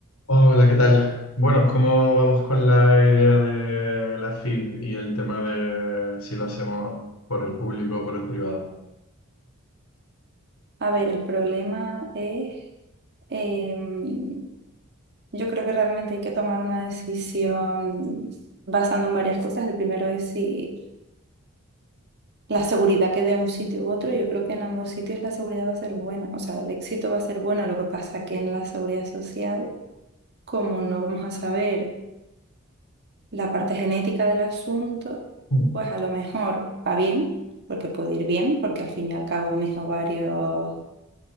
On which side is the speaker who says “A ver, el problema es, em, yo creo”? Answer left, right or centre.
Right